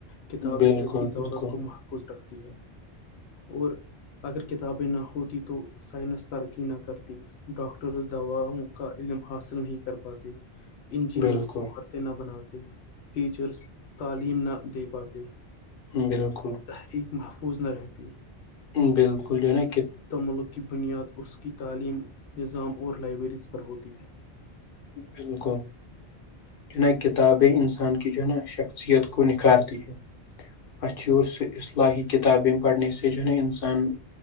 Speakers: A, on the left; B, on the left.
A: کتابیں
B: بالکل
A: ایسی دولت
B: بالکل
A: کو محفوظ رکھتی ہیں اور اگر کتابیں نہ ہوت تو سائنس ترقی نہ کرتی ڈاکٹر اس دواؤں کا علم حاصل نہیں کر پاتے انجینئر
B: بالکل
A: عمارتیں نہ بناتے ٹیچرس تعلیم نہ دے پاتے
B: بالکل
A: تحریک محفوظ نہ رہتی
B: بالکل جو ہے نا
A: ت ملک کی بنیاد اس کی تعلیم نظام اور لائبریریز پر ہوتی ہے
B: بالکل جو ہیں نا کتابیں انسان کی جو ہے نا شخصیت کو نکھارتی ہیں اچھی اور اصلاحی کتابیں پڑنے س جو نا انسان